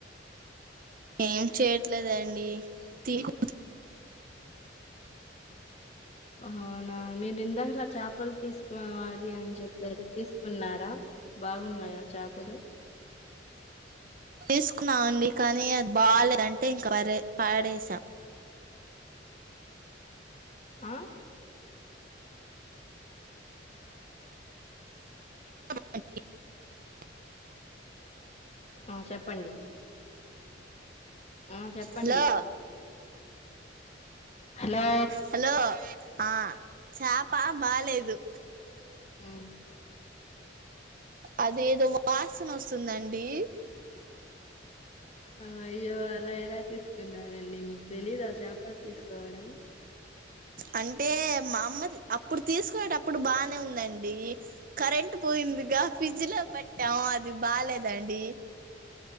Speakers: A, on the right; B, on the left.
A: ఏం చేయట్లేదండి తీకు
B: అవునా ఇందకలా చాపలు తీసుకో అది అని చెప్ దర తీసుకున్నారా బాగున్నాయా చాపలు
A: తీసుకున్నామండి కానీ అది బాగాలేద్ అంటే ఇంకా వరే పాడేసా
B: ఆ
A: <inaudible>
B: ఆ చెప్పండి ఆ చెప్పండి
A: హలో
B: హలో
A: హలో ఆ చాప బాలేదు
B: ఉమ్
A: అది ఏదో వాసన వస్తుందండి
B: ఆ అయ్యో అలా ఎలా చేస్ కున్నారండి మీకు తెలీదు ఆ చేపలు తీసుకోవడం
A: అంటే మా అమ్మ అప్పుడు తీసుకునేటప్పుడు బానే ఉందండి కరెంట్ పోయిందిగా ఫ్రిడ్జ్ లో పెట్టాం అది బాలేదండి